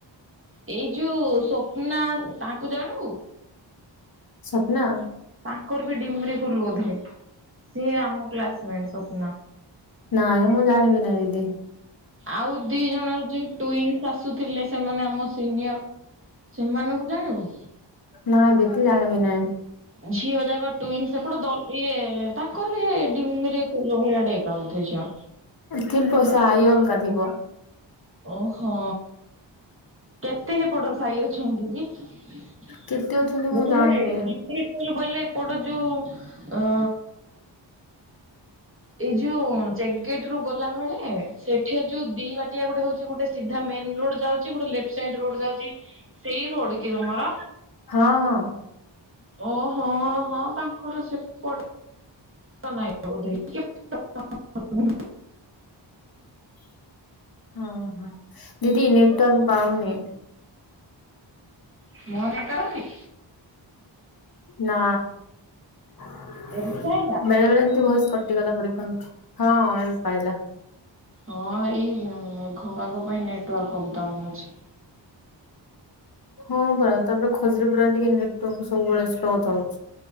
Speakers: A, on the right; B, on the left.
A: ଏଇ ଯୋଉ ସ୍ୱପ୍ନା ତାଙ୍କୁ ଜାଣୁ?
B: ସ୍ୱପ୍ନା?
A: ତାଙ୍କର ବି ଡିମରି ରେ କୁଲୁ ବୋଧେ ସିଏ ଆମ କ୍ଲାସମେଟ୍ ସୋପ୍ନା।
B: ନାଇଁ ମୁଁ ଜାଣିବି ନାହିଁ ଦିଦି।
A: ଆଉ ଦି ଜଣ ଯୋଉ ଟ୍ୱିନଶ୍ ଆସୁ ଥିଲେ ସେମାନେ ଆମ ସିନିୟର। ସେମାନଙ୍କୁ ଜାଣିବୁ?
B: ନା ଦିଦି ଜାଣିବି ନାଇଁ।
A: ଝିଅ ଜାଗ ଟୁଇନ୍ସ ସେପଟେ ଦ ଇଏ ତାଙ୍କର ବି ଏ ଡିମି ଲୋହଆ ଟା ଏକା ବୋଧେ ଝିଅ।
B: କିନ୍ତୁ ସେ ଆଇ ଅଲଗାଥିବ।
A: ଓହୋ କେତେ ହେପଟ ସାହି ଅଛନ୍ତି କି? ମୁଁ
B: କେତେ ଅଛନ୍ତି ମୁଁ
A: କହିଲି
B: ଜାଣିନି
A: ଡିମିରି। କ ବୋଇଲେ ଏପଟ ଯୋଉ ଅ ଏଇ ଯୋଉ ଚେକ୍ ଗେଟ୍ ରୁ ଗଲାବେଳେ ସେଠି ଯୋଉ ଦି ବାଟ ଟିଆ ଗୋଟେ ହଉଛି ଗୋଟେ ସିଧା ମେନ ରୋଡ ଯାଉଛି ଗୋଟେ ଲେଫ୍ଟ ସାଇଡ ରୋଡ ଯାଉଛି ସେଇ ରୋଡ କି ତମର?
B: ହଁ ହଁ।
A: ଓ ହଁ ହଁ ତାଙ୍କର ସେପଟେ। ନାଇଁ ଚ ବୋଧେ
B: ହ ହ ଦିଦି ନେଟୱର୍କ ପାଉନି।
A: ମୋ ନେଟୱଆର୍କ?
B: ନା ବେଳେ
A: ଏବେ ପାଇଲା
B: ବେଳେ ଏମିତି ଭଏସ କଟ ଟିଗଲା ପରି ହଁ ଏବେ ପାଇଲା।
A: ହଁ ଏଇ ମେଘ ପାଗ ପାଇଁ ନେଟୱାର୍କ ଅପ୍ ଡାଉନ ହଉଚି।
B: ହଁ ପରା ତାପରେ ଖଜୁରୀ ପଡା ଟିକେ ନେଟୱାର୍କ ସବୁବେଳେ ସ୍ଲୋ ଥାଉଛି।